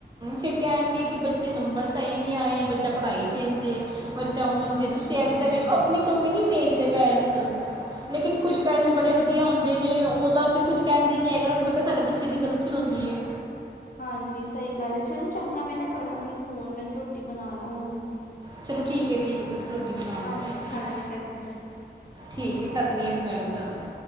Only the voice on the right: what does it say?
ਫਿਰ ਕਹਿਣਗੇ ਕਿ ਬੱਚੇ ਨੰਬਰ ਸਹੀ ਨਹੀਂ ਆਏ ਬੱਚਾ ਪੜ੍ਹਾਈ ਚ ਏਂਜੇ ਬੱਚਾ ਹੁਣ
ਜੇ ਤੁਸੀਂ ਐਵੇ
ਤਾਂ ਵੇਖੋ ਆਪਣੀ ਕਮੀ ਨਹੀਂ ਵੇਖਦੇ ਪੈਰੈਂਟਸ ਲੇਕਿਨ ਕੁਛ
ਪਏਰੈਂਟਸ
ਬੜੇ ਵਧੀਆ ਹਦੇ ਨੇ ਉਹ ਤਾਂ ਫਿਰ ਕੁਛ ਕਹਿੰਦੇ ਨੀ ਹੈਗਾ ਉਹਨੂੰ ਪਤਾ ਸਾਡੇ ਬੱਚੇ ਦੀ ਗਲਤੀ ਹੁੰਦੀ ਹੈ
ਚਲੋ ਠੀਕ ਹੈ ਠੀਕ ਹੈ ਤੁਸੀਂ ਰੋਟੀ ਬਣਾ ਲੋ
ਫਿਰ
ਠੀਕ ਹੈ ਕਰਨੀ ਆ ਫਿਰ ਮੈਂ ਵੀ ਤੁਹਾਨੂੰ